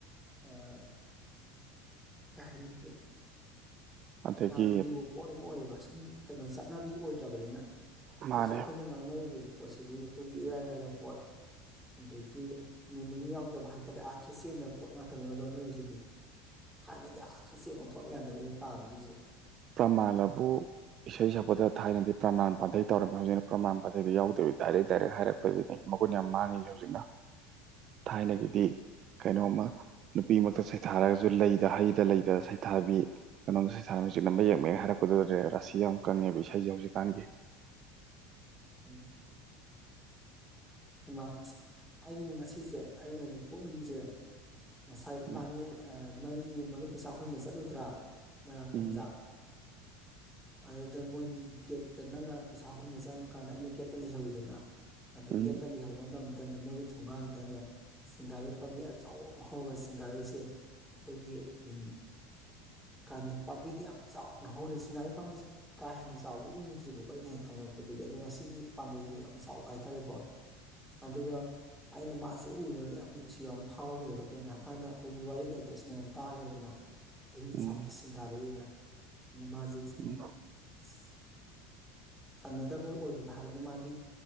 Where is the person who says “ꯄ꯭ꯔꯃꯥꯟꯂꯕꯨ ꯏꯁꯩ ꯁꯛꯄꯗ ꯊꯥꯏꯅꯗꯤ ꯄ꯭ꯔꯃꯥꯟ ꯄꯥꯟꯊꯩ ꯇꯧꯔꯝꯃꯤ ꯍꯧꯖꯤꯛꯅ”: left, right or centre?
Right